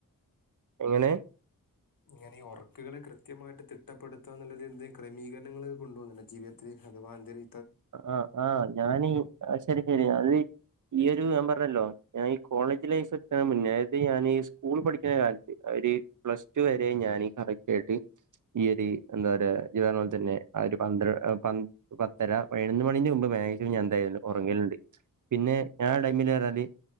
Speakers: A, on the right (about 60°); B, on the left (about 70°).
A: എങ്ങനെ
B: ഇങ്ങനെ ഈ ഉറക്കുകളെ കൃത്യമായിട്ട് തിട്ടപ്പെടുത്തുക എന്നുള്ള എന്തെ ക്രമീകരണങ്ങള് കൊണ്ടു പോകുന്നുണ്ട ജീവിതത്തിത്തില് അത് മാതിരി
A: ആ ആ ഞാനീ ശരി ശരി അത് ഇയൊരു ഞാൻ പറഞ്ഞല്ലോ ഞാൻ ഈ കോളേജ് ലൈഫ് എത്ത്ണെ മുന്നേ അായത് ഞൻ ഈ സ്കൂൾ പഠിക്കുന്ന കാലത്ത് പ്ലസ്ടു വരെ ഞാന് കറക്റ്റായിട്ട് ഇയൊര് എന്താ പറയാ ജ് പോലെ തന്നെ ആ ഒരു പന്ത്ര പൻ പത്തര ന്റെ മുമ്പ് മാക്സിമം ഞാ എന്തായാലും ഒറങ്ങല്ണ്ട് പിന്നെ ഞാൻ ടൈമിലർ ഞ്ഞാല്